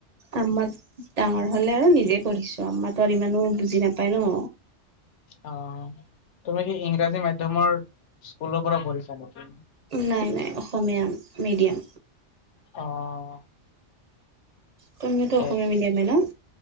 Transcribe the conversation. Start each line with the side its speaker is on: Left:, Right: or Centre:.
Right: আম্মাত ডাঙৰ হলে আৰু নিজেই পঢ়িছো আম্মাতো আৰু ইমানো বুজি নাপায় ন।
Left: অঁ তুমি সি ইংৰাজী মাধ্যমৰ স্কুলৰ পৰা পঢ়িছা নেকি!
Right: নাই নাই অসমীয়া মিডিয়াম।
Left: অঁ।
Right: তুমিওতো
Left: ইয়েছ
Right: অসমীয়া মিডিয়ামে ন?